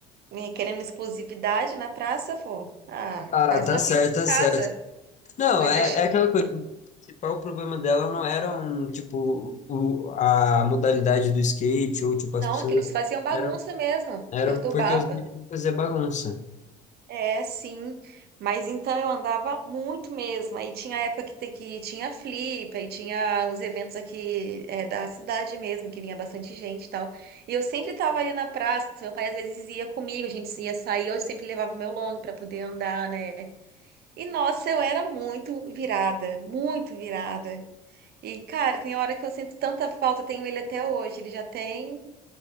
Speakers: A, on the right; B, on the left.
A: eh, querendo exclusividade na praça, pô. Ah,
B: Ah,
A: faz
B: tá
A: uma
B: certo,
A: pista em
B: tá
A: casa.
B: certo. Não,
A: Coisa
B: é,
A: chi-
B: é aquela coisa. O principal problema dela não eram, tipo, o, a modalidade do skate ou, tipo, as
A: Não,
B: pessoas.
A: é que eles faziam bagunça
B: Eram,
A: mesmo,
B: eram
A: perturbava.
B: porque os meninos faziam bagunça.
A: É, sim. Mas então eu andava muito mesmo. Aí tinha época que, te- que tinha Flip, aí tinha uns eventos aqui é, da cidade mesmo, que vinha bastante gente e tal. E eu sempre tava ali na praça, meu pai às vezes ia comigo, a gente ia sair, eu sempre levava o meu long pra poder andar, né? E nossa, eu era muito virada, muito virada. E cara, tem hora que eu sinto tanta falta, eu tenho ele até hoje, ele já tem